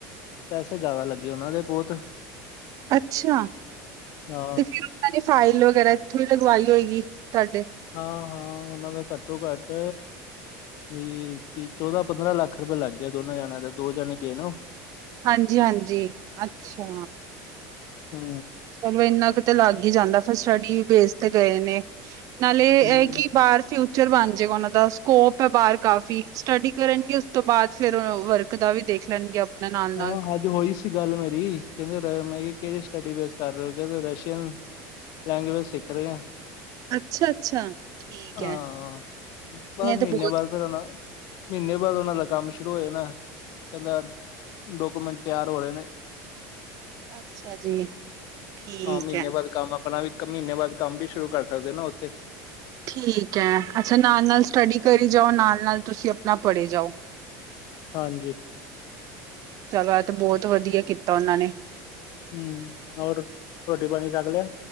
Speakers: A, on the left (about 60°); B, on the right (about 50°).
A: ਪੈਸੇ ਜ਼ਿਆਦਾ ਲੱਗੇ ਉਹਨਾਂ ਦੇ ਬਹੁਤ
B: ਅੱਛਾ!
A: ਹਾਂ
B: ਤੇ ਫਿਰ ਉਹਨਾਂ ਨੇ ਫਾਈਲ ਵਗੈਰਾ ਇੱਥੋਂ ਹੀ ਲਗਵਾਈ ਹੋਏਗੀ ਤੁਹਾਡੇ
A: ਹਾਂ-ਹਾਂ ਉਹਨਾਂ ਦਾ ਘੱਟੋ-ਘੱਟ ਵੀ ਕੀ ਚੌਦਾਂ-ਪੰਦਰਾਂ ਲੱਖ ਰੁਪਿਆ ਲੱਗ ਗਿਆ ਦੋਨਾਂ ਜਾਣਿਆਂ ਦਾ ਦੋ ਜਨੇ ਗਏ ਨਾ ਉਹ
B: ਹਾਂਜੀ-ਹਾਂਜੀ ਅੱਛਾ
A: ਹੰ
B: ਚਲੋ ਇੰਨਾ ਕੁ ਤੇ ਲੱਗ ਹੀ ਜਾਂਦਾ, ਫਿਰ ਸਟੱਡੀ ਬੇਸ ਤੇ ਗਏ ਨੇ। ਨਾਲੇ, ਇਹ
A: ਹਮ
B: ਕਿ ਬਾਹਰ ਫ ਫਿਊਚਰ ਬਣ ਜਾਵੇਗਾ ਉਹਨਾਂ ਦਾ, ਸਕੋਪ ਹੈ ਬਾਹਰ ਕਾਫੀ, ਸਟੱਡੀ ਕਰਨਗੇ ਉਸ ਤੋਂ ਬਾਅਦ, ਫਿਰ ਉਹ ਵਰਕ ਦਾ ਵੀ ਦੇਖ ਲੈਣਗੇ। ਆਪਣਾ ਨਾਲ ਨਾਲ
A: ਹਾਂ, ਅੱਜ ਹੋਈ ਸੀ ਗੱਲ ਮੇਰੀ ਕਹਿੰਦੇ, ਮੈਂ ਕਿਹਾ ਕਿਹੜੀ ਸਟੱਡੀ ਬੇਸ ਕਰ ਰਹੇ ਹੋ, ਕਹਿੰਦੇ ਰਸ਼ੀਅਨ। ਲੈਂਗੁਏਜ ਸਿੱਖ ਰਹੇ ਹਾਂ।
B: ਅੱਛਾ ਅੱਛਾ ਠੀਕ
A: ਹਾਂ,
B: ਹੈ
A: ਬਸ
B: ਇਹ
A: ਮਹੀਨੇ
B: ਤਾਂ ਬਹੁਤ
A: ਬਾਅਦ ਫਿਰ ਹੁਣ ਮਹੀਨੇ ਬਾਅਦ, ਉਹਨਾਂ ਦਾ ਕੰਮ ਸ਼ੁਰੂ ਹੋ ਜਾਣਾ। ਕਹਿੰਦਾ ਡਾਕੂਮੈਂਟ ਤਿਆਰ ਹੋ ਰਹੇ ਨੇ।
B: ਅੱਛਾ ਜੀ, ਠੀਕ
A: ਹਾਂ ਮਹੀਨੇ
B: ਹੈ।
A: ਬਾਅਦ ਕੰਮ ਆਪਣਾ ਵੀ, ਇੱਕ ਮਹੀਨੇ ਬਾਅਦ ਕੰਮ ਵੀ ਸ਼ੁਰੂ ਕਰ ਸਕਦੇ ਨਾ ਉੱਥੇ।
B: ਠੀਕ ਹੈ, ਅੱਛਾ ਨਾਲ-ਨਾਲ ਸਟੱਡੀ ਕਰੀ ਜਾਓ, ਨਾਲ- ਨਾਲ ਤੁਸੀਂ ਆਪਣਾ ਪੜ੍ਹੀ ਜਾਓ।
A: ਹਾਂਜੀ।
B: ਚਲੋ, ਇਹ 'ਤੇ ਬਹੁਤ ਵਧੀਆ ਕੀਤਾ ਉਹਨਾਂ ਨੇ।
A: ਹਮ, ਹੋਰ ਰੋਟੀ-ਪਾਣੀ ਛੱਕ ਲਿਆ?